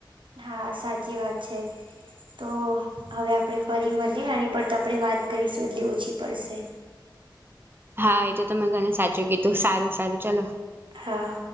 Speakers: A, on the right (about 85°); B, on the right (about 25°).
A: હા સાચી વાત છે. તો હવે આપડે ફરી મલીએ આની પર તો આપણે વાત કરીશું એટલી ઓછી પડશે
B: હા એતો તમે ઘણ સાચું કીધું સારું સારુ ચાલો
A: હા.